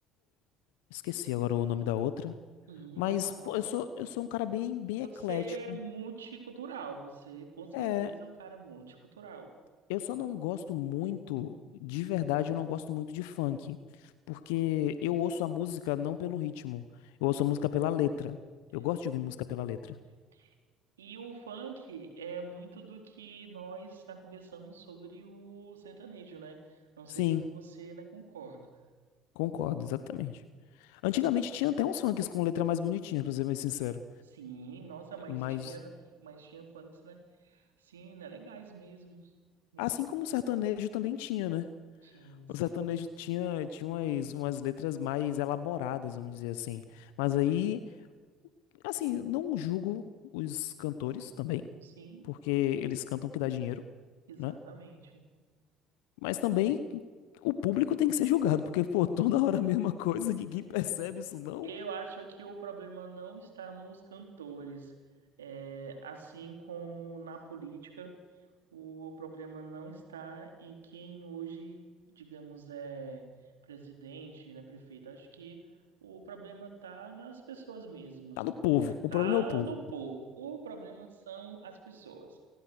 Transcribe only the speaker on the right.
Hum,
legal.
Você
é multicultural, você com certeza
é um cara multicultural.
É,
é. E o funk é muito do que nós né, conversamos sobre o sertanejo, né? Não sei
se você, né, concorda.
Sim, nossa, mas
tinha, mas tinha funks, né? Sim, né, legais mesmo, mesmo.
Sim, sim,
sim,
exatamente.
E,
é.
Eu acho que o problema não está nos cantores, É, assim como na política, o problema não está em quem hoje, digamos, é presidente, né, prefeito. Acho que o problema está nas pessoas mesmas,
né?
Tá
no povo. O problema são as pessoas.